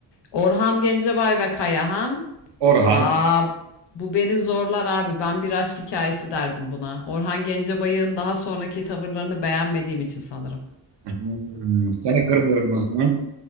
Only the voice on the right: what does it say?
Orhan.
Hmm, seni kırmıyorum o zaman.